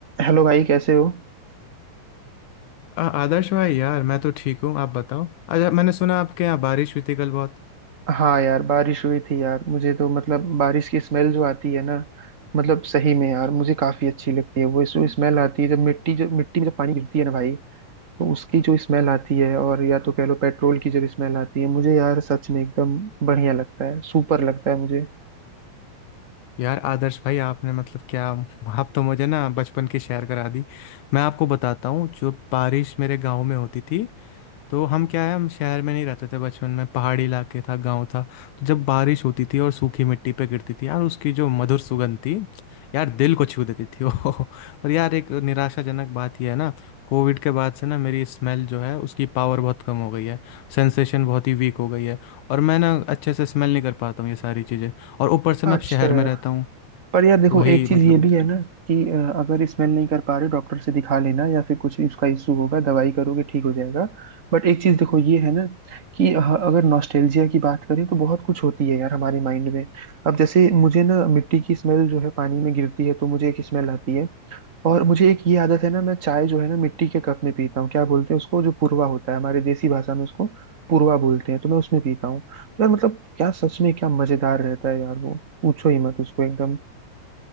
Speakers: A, on the right (about 40°); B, on the left (about 85°).
A: Hello भाई कैसे हो
B: आ- आदर्श भाई यार मैं तो ठीक हूँ आप बताओ अच्छा मैंने सुना आपके यहाँ बारिश हुई थी कल बहुत
A: हाँ यार बारिश हुई थी यार मुझे तो मतलब बारिश की स्मेल जो आती है ना मतलब सही में यार मुझे काफी अच्छी लगती है वो जो स्मेल आती है जब मिट्टी जो मिट्टी में जब पानी गिरती है ना भाई तो उसकी जो स्मेल आती है और या तो कह लो पेट्रोल की जब स्मेल आती है मुझे यार सच में एकदम बढ़िया लगता है सुपर लगता है मुझे
B: यार आदर्श भाई आपने मतलब क्या आप तो मुझे ना बचपन की शेयर करा दी मैं आपको बताता हूँ जो बारिश मेरे गांव में होती थी तो हम क्या है हम शहर में नहीं रहते थे बचपन में पहाड़ी इलाके था गांव था तो जब बारिश होती थी और सूखी मिट्टी पे गिरती थी यार उसकी जो मधुर सुगंध थी यार दिल को छू देती थी वो <laughs> पर यार एक निराशाजनक बात यह है ना कोविड के बाद से ना मेरी स्मेल जो है उसकी पावर बहुत कम हो गई है सेंसेशन बहुत ही वीक हो गई है और मैं ना अच्छे से स्मेल नहीं कर पाता हूँ ये सारी चीज़ें और ऊपर से
A: अच्छा
B: मैं अब शहर में रहता हूँ
A: पर यार देखो
B: वही
A: एक चीज
B: मतलब
A: ये भी है ना कि अ, अगर स्मेल नहीं कर पा रहे डॉक्टर से दिखा लेना या फिर कुछ इसका इशू होगा दवाई करोगे ठीक हो जाएगा बट एक चीज देखो ये है ना कि अ, अगर नॉस्टैल्जिया की बात करें तो बहुत कुछ होती है यार हमारे माइंड में अब जैसे मुझे ना मिट्टी की स्मेल जो है पानी में गिरती है तो मुझे एक स्मेल आती है और मुझे एक ये आदत है ना मैं चाय जो है ना मिट्टी के कप में पीता हूँ क्या बोलते हैं उसको जो पूर्वा होता है हमारे देसी भाषा में उसको पूर्वा बोलते हैं तो मैं उसमें पीता हूँ तो यार मतलब क्या सच में क्या मजेदार रहता है यार वो पूछो ही मत उसको एकदम